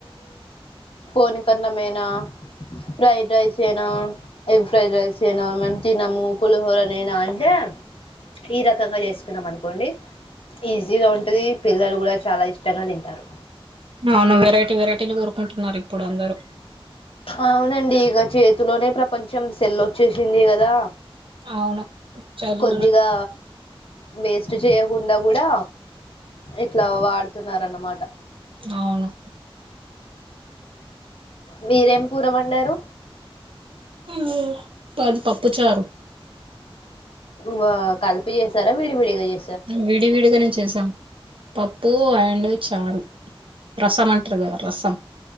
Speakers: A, on the left (about 70°); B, on the right (about 65°).
A: పోని కన్నమేనా ఫ్రైడ్ రైస్ చేయినా ఎగ్ ఫ్రైడ్ రైస్ చేయినా మేము తినము పులిహోరనైనా అంటే ఈ రకంగా జేసుకున్నాం అనుకోండి ఈజీగా ఉంటది పె పిల్లలు గూడా చాలా ఇష్టంగా తింటారు
B: అవును వెరైటీ వెరైటీలు కోరుకుంటున్నారు ఇప్పుడు అందరూ
A: అవునండి ఇగో చేతిలోనే ప్రపంచం సెల్ వచ్చేసింది కదా
B: అవును చదు
A: కొద్దిగా వేస్ట్ చేయకుండా కూడా ఇట్లా వాడుతున్నారన్న మా మాట
B: అవును
A: మీరేం కూరవండారు
B: ఊ మాది పప్పు చారు
A: వా కలిపి జేసారా విడివిడిగా చే
B: విడి విడిగానే చేశాం పప్పు అండ్ చారు రసం అంటారు గదా రసం